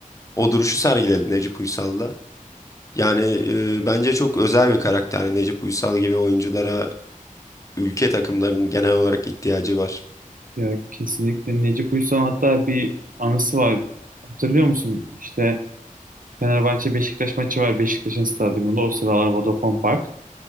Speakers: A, on the left; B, on the right.
A: o duruşu sergiledi Necip Uysal da. Yani e, bence çok özel bir karakter Yani Necip Uysal gibi oyunculara ülke takımlarının genel olarak ihtiyacı var.
B: Ya kesinlikle Necip Uysal hatta bir anısı var. Hatırlıyor musun? İşte Fenerbahçe Beşiktaş maçı var Beşiktaş'ın stadyumunda o sıralar Vodafone Park.